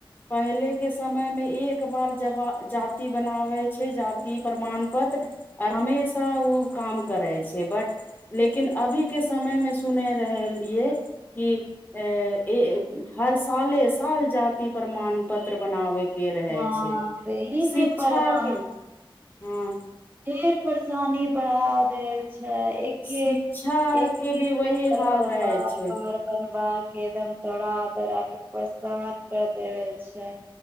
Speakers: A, on the left; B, on the right.
A: पहिले के समय मे एक बार जव जाति बनाबै छै जाति प्रमाण पत्र आओर हमेशा ओ काम करै छै बट लेकिन अभी के समय मे सुने रहल रहियै कि अ हर साले साल जाति प्रमाण पत्र बनाबे के रहे
B: ह
A: छै
B: सेरी
A: शिक्षा
B: न पारबा
A: के हँ
B: ढेर परेशानी बढ़ा देल छै एक
A: शिक्षा
B: एक एके
A: के भी
B: पेपर
A: वही हाल
B: बराबर
A: रहे छै
B: बर बनवा के एकदम दौड़ा दौड़ा के परेशान कर देबै छै